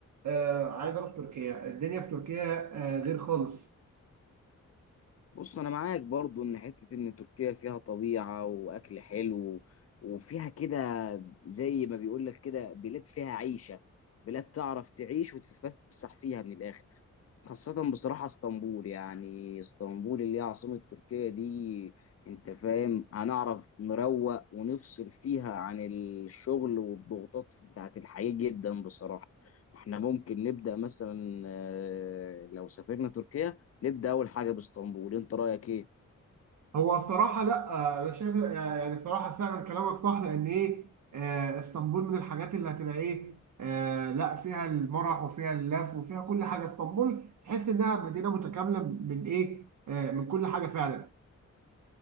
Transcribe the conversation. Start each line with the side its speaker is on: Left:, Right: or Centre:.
Right: آه، عايز اروح تركيا الدنيا في تركيا آه، غير خالص
Left: بص انا معاك برضو ان حتة ان تركيا فيها طبيعة واكل حلو وفيها كده زي ما بيقولك كده بلاد فيها عيشة بلاد تعرف تعيش وتتفسح فيها من الاخر خاصة بصراحة اسطنبول يعني اسطنبول اللي هي عاصمة تركيا دي انت فاهم هنعرف نروق ونفصل فيها عن الشغل والضغوطات بتاعت الحياة جدا بصراحة احنا ممكن نبدأ مثلا آه، لو سافرنا تركيا نبدأ أول حاجة باسطنبول انت رأيك ايه؟
Right: هو الصراحة لا أنا شايف يعني صراحة فعلا كلامك صح لأن إيه آه، اسطنبول من الحاجات اللي هتبقى إيه آه، لا فيها المرح وفيها اللف وفيها كل حاجة اسطنبول تحس إنها مدينة متكاملة من إيه آه، من كل حاجة فعلا